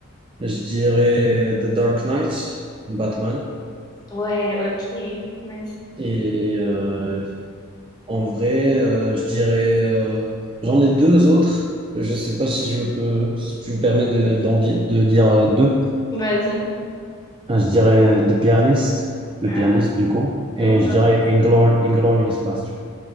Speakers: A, on the right; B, on the left.
A: Je dirais The Dark Knight, Batman.
B: Ouais, ok, nice.
A: Et euh, En vrai, euh, je dirais, euh, j'en ai deux autres. Je ne sais pas si je peux, si tu me permets de, d'en di- de dire euh, deux.
B: Vas-y.
A: Euh, Je dirais The Pianist, le
B: Ah.
A: pianiste du coup, et
B: Non.
A: je dirais Inglour- Inglourious Basterds.